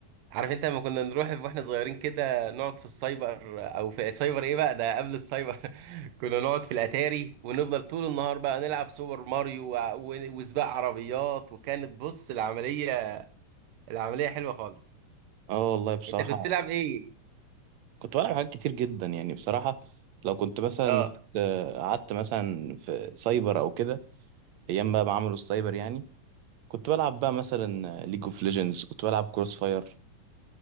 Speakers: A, on the right; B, on the right.
A: عارف انت لما كنا نروح واحنا صغيرين كده نقعد في السايبر او في سايبر ايه بقى ده قبل السايبر <laughs> كنا نقعد في الاتاري ونفضل طول النهار بقى نلعب سوبر ماريو و... و... وسباق عربيات وكانت بص العملية العملية حلوة خالص
B: اه والله بصراحة
A: انت كنت تلعب ايه
B: كنت بلعب حاجات كتير جدا يعني بصراحة لو كنت مثلا
A: اه
B: آه، قعدت مثلا في سايبر او كده ايام بقى ما عملوا السايبر يعني كنت بلعب بقى مثلا ليج اوف ليجندز كنت بلعب كروس فاير